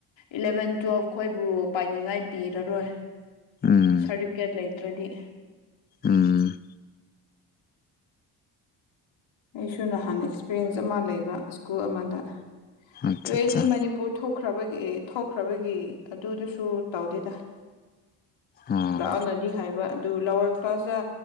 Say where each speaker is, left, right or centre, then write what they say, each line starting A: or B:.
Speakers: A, on the left; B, on the left.
A: ꯏꯂꯚꯦꯟ ꯇꯨꯋꯦꯜꯐ ꯈꯈꯣꯏꯕꯨ ꯄꯥꯏꯅꯤꯡꯉꯥꯏ ꯄꯤꯔꯔꯣꯏ
B: ꯎꯝ
A: ꯁꯥꯔꯗꯤꯞꯀꯦꯠ ꯂꯩꯇ꯭ꯔꯗꯤ
B: ꯎꯝ
A: ꯑꯩꯁꯨ ꯅꯍꯥꯟ ꯑꯦꯛꯁꯄꯤꯔꯤꯌꯦꯟꯁ ꯑꯃ ꯂꯩꯕ ꯁ꯭ꯀꯨꯜ ꯑꯃꯗ
B: ꯑꯠꯆꯥ
A: ꯑꯗꯨ ꯑꯩꯗꯤ
B: ꯑꯠꯆꯥ
A: ꯃꯅꯤ ꯄꯨꯔꯊꯣꯛꯈ꯭ꯔꯕꯒꯤ ꯑꯦ ꯊꯣꯛꯈ꯭ꯔꯕꯒꯤ ꯑꯗꯨꯗꯨꯁꯨ ꯇꯧꯗꯦꯗ
B: ꯑꯥ
A: ꯂꯥꯛꯑꯣꯅꯗꯤ ꯍꯥꯏꯕ ꯑꯗꯨ ꯂꯧꯔꯛ ꯄꯖ